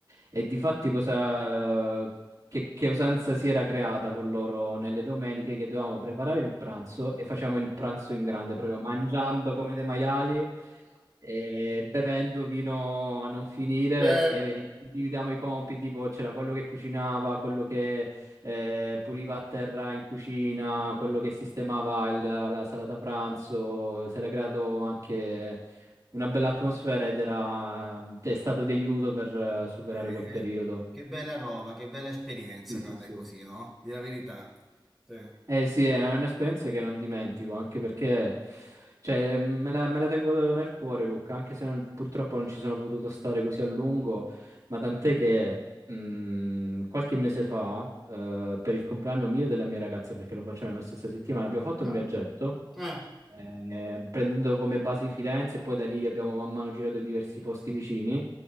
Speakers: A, on the right; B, in the centre.
A: E difatti cosa, eh, che, che usanza si era creata con loro nelle domeniche che dovevamo preparare il pranzo e facciamo il pranzo in grande, proprio mangiando come dei maiali eh, bevendo vino a non finire
B: Eh,
A: e, e ci dividiamo i compiti, tipo c'era quello che cucinava, quello che eh, puliva a terra in cucina, quello che sistemava il- la salata pranzo, si era creato anche una bella atmosfera ed era, è stato di aiuto per eh, superare
B: Eh,
A: quel periodo.
B: eh. Che bella roba, che bella esperienza
A: Sì, sì,
B: quando
A: sì.
B: è così, no? Di la verità. Sì.
A: Eh sì, è una- è un'esperienza che non dimentico, anche perché cioè, me la, me la tengo nel cuore, Luca, anche se non- purtroppo non ci sono potuto stare così a lungo, ma tant'è che mh, qualche mese fa, eh, per il compleanno mio e della mia ragazza, perché lo facciamo nella stessa settimana, abbiamo fatto un
B: No.
A: viaggetto
B: Eh.
A: eh, prendendo come base Firenze e poi da lì abbiamo man mano girato diversi posti vicini, ad